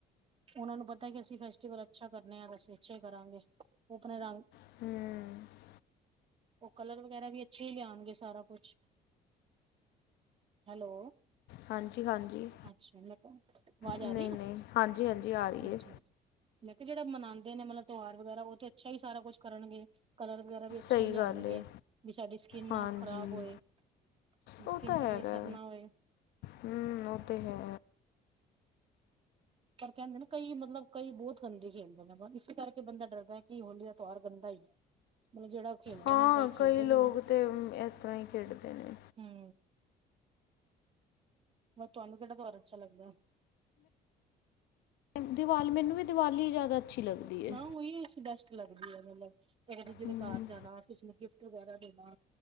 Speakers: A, on the right; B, on the left.
A: ਉਹਨਾਂ ਨੂੰ ਪਤਾ ਕਿ ਅਸੀਂ ਫੈਸਟੀਵਲ ਅੱਛਾ ਕਰਨੇ ਹਾਂ ਅਸੀਂ ਅੱਛੇ ਹੀ ਕਰਾਂਗੇ ਉਹ ਆਪਣੇ ਰੰਗ
B: ਹੂ,,,
A: ਉਹ ਕਲਰ ਵਗੈਰਾ ਵੀ ਅੱਛੇ ਲਿਆਉਣਗੇ ਸਾਰਾ ਕੁਛ ਹੈਲੋ
B: ਹਾਂਜੀ ਹਾਂਜੀ
A: ਅੱਛਾ ਮੈਂ ਕੇ ਆਵਾਜ਼
B: ਨਹੀਂ
A: ਆ ਰਹੀ ਹਾਂ
B: ਨਹੀਂ ਹਾਂਜੀ ਹਾਂਜੀ ਆ ਰਹੀ
A: ਅੱਛਾ
B: ਹੈ
A: ਲੇਕਿਨ ਜਿਹੜੇ ਮਨਾਉਂਦੇ ਨੇ ਮਤਲਬ ਤਿਉਹਾਰ ਵਗੈਰਾ ਉਹ ਤੇ ਅੱਛਾ ਹੀ ਸਾਰਾ ਕੁਛ ਕਰਨਗੇ ਕਲਰ ਵਗੈਰਾ ਵੀ ਅੱਛਾ
B: ਸਹੀ
A: ਹੀ ਲਿਆਉਣਗੇ
B: ਗੱਲ ਹੈ
A: ਵੀ ਸਾਡੀ ਸਕਿੰਨ
B: ਹਾਂਜੀ
A: ਨਾ ਖ਼ਰਾਬ ਹੋਏ ਸਕਿੰਨ
B: ਉਹ ਤਾਂ
A: ਤੇ
B: ਹੈਗਾ
A: ਕੋਈ ਅਸਰ ਨਾ ਹੋਏ
B: ਹੂ ਉਹ ਤਾਂ ਹੈ।
A: ਪਰ ਕਹਿੰਦੇ ਨਾ ਕਈ ਮਤਲਬ ਕਈ ਬਹੁਤ ਗੰਦੇ ਖੇਲਦੇ ਨੇ ਇਸੇ ਕਰਕੇ ਬੰਦਾ ਡਰਦਾ ਕੀ ਹੋਲੀ ਦਾ ਤਿਉਹਾਰ ਗੰਦਾ ਹੀ ਹੈ। ਮਤਲਬ ਜਿਹੜਾ ਉਹ ਖੇਲਦੇ
B: ਹਾਂ
A: ਨਾ ਉਹ ਕਈ ਖੇਲਦੇ
B: ਲੋਕ
A: ਵੀ ਨਾ
B: ਤੇ ਅਮ, ਇਸ ਤਰ੍ਹਾਂ ਹੀ ਖੇਡਦੇ ਨੇ
A: ਹੂ ਹੋਰ ਤੁਹਾਨੂੰ ਕਿਹੜਾ ਤਿਉਹਾਰ ਅੱਛਾ ਲੱਗਦਾ
B: ਦੀਵਾਲ ਮੈਨੂੰ ਵੀ ਦੀਵਾਲੀ ਜ਼ਿਆਦਾ ਅੱਛੀ ਲੱਗਦੀ ਹੈ
A: ਨਾ ਉਹੀ ਅ ਬੈਸਟ ਲਾਈਫ ਹੈ <unintelligible> ਇੱਕ ਦੂਜੇ
B: ਹੂੰ
A: ਦੇ ਘਰ ਜਾਣਾ ਕਿਸੇ ਨੂੰ ਗਿਫਟ ਵਗੈਰਾ ਦੇਣਾ